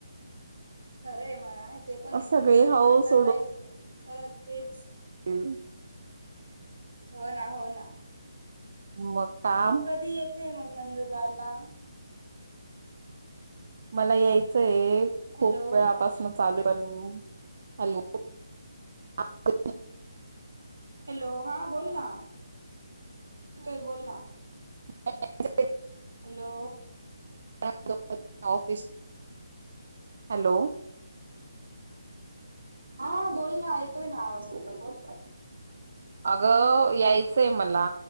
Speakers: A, on the right; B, on the right.
A: खरय. ते पणय
B: सगळी
A: बरोबरय
B: हौस
A: नंतर लाईफ परत तेच
B: हम्म.
A: हो ना हो ना.
B: मग काम
A: तू कधी येते मंग नंदूरबार ला.
B: मला यायचंय. खूप
A: हॅलो
B: वेळापासन चालू पण. हॅलो. <unintelligible>
A: हॅलो हा बोल ना. तोय बोल ना.
B: <unintelligible>
A: हॅलो.
B: <unintelligible> Office hello.
A: हा बोल ना येतोय ना आवाज तुझा बोल.
B: अगं यायचंय मला